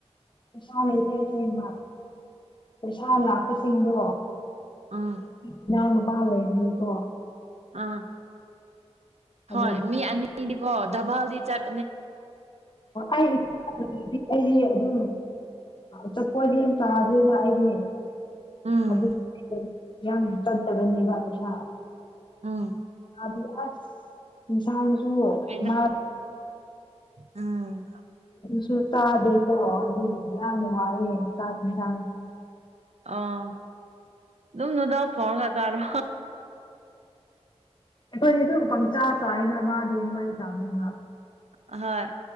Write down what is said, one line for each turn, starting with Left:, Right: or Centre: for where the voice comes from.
Left: ꯄꯩꯁꯥ ꯂꯩꯇꯦ ꯑꯁꯦꯡꯕ ꯄꯩꯁꯥ ꯂꯥꯛꯄꯁꯤꯡꯗꯣ
Right: ꯎꯝ
Left: ꯏꯅꯥꯎ ꯅꯨꯄꯥ ꯂꯩꯔꯤꯅꯤꯀꯣ
Right: ꯑꯥ
Left: ꯑꯗꯨꯒꯤ
Right: ꯍꯣꯏ ꯃꯤ ꯑꯅꯤꯗ ꯗꯕꯜ ꯆꯠ
Left: ꯑꯩ ꯑꯩꯗꯤ ꯑꯗꯨꯝ ꯆꯠꯄꯗꯤ ꯌꯥꯝ ꯇꯥꯗ꯭ꯣꯏꯅ ꯑꯩꯗꯤ
Right: ꯎꯝ
Left: ꯍꯧꯖꯤꯛ ꯌꯥꯝ ꯆꯠꯇꯕꯅꯦꯕ ꯄꯩꯁꯥ
Right: ꯎꯝ
Left: ꯑꯗꯤ ꯑꯁ ꯏꯟꯁꯥꯡꯁꯨ
Right: ꯑꯩꯅ
Left: ꯃꯥ
Right: ꯎꯝ
Left: ꯁꯨ ꯆꯦꯀꯣ ꯌꯥꯃꯨ ꯆ ꯊ
Right: ꯑꯣ ꯑꯗꯨꯝꯗꯨꯗ ꯐꯣꯡꯒ ꯇꯥꯔꯣ
Left: ꯑꯩꯈꯣꯏꯗꯤ ꯑꯗꯨꯝ ꯄꯪꯆꯥ ꯆꯥꯅ ꯃꯥꯗꯤ ꯑꯗꯨꯃꯥꯏꯅ ꯇꯥꯅꯤ ꯃꯥ
Right: ꯍꯣꯏ